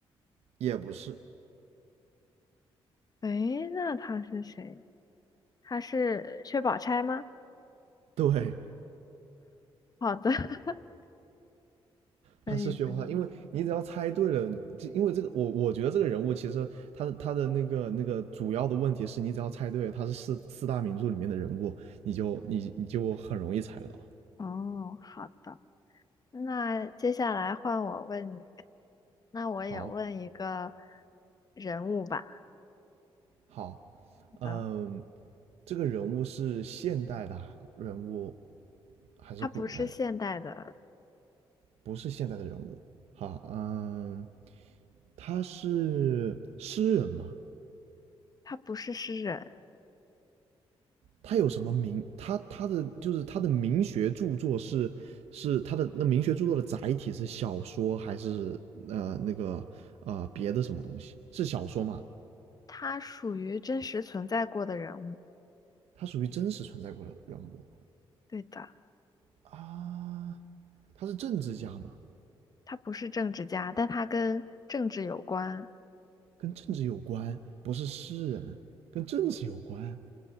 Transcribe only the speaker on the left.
诶，那他是谁？他是薛宝钗吗？
好的，<laughs> 可以可以。
哦，好的。那接下来换我问你，那我也问一个
人物吧。好
的，
他不是现代的，
他不是诗人，
他属于真实存在过的人物。
对的，
他不是政治家，但他跟政治有关，